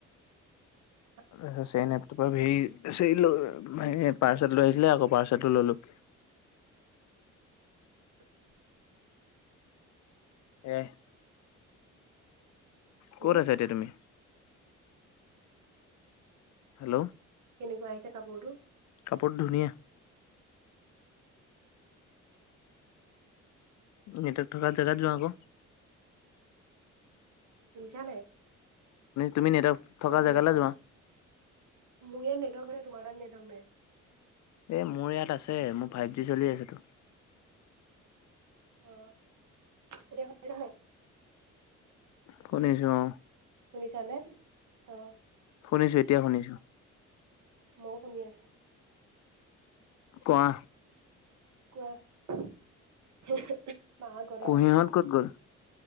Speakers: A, on the right; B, on the left.
A: <inaudible>
B: তাৰপিছতেই চেন এপটোৰ সি চেইল হাই পাৰ্চেল লৈ আহিছিলে আকৌ পাৰ্চেলটো ললোঁ <unintelligible>
A: <inaudible>
B: এ
A: হুম
B: কত আছা এতিয়া তুমি? হেল্ল'
A: কেনেকুৱা আহিছে কাপোৰটো
B: কাপোৰ ধুনীয়া নেটৱৰ্ক থকা জেগাত যোৱা ক।
A: শুনিছা নাই?
B: তুমি নেটৱৰ্ক থকা
A: অ শুনিছো।
B: জেগালৈ যোৱা
A: মোৰ এ নেটৱৰ্ক না তোমাৰ তাত নেটৱৰ্ক নাই।
B: এ মোৰ ইয়াত আছে মোৰ ফাইভ জি চলি আছেতো।
A: অ এতিয়া শুনিছা নাই?
B: শুনিছো অ।
A: শুনিছা নে? অ।
B: শুনিছো এতিয়া শুনিছো।
A: মইও শুনি আছো।
B: কোৱা?
A: কোৱা? মাহত ঘৰতে
B: কুঁহিহঁত
A: আছে
B: ক'ত গ'ল?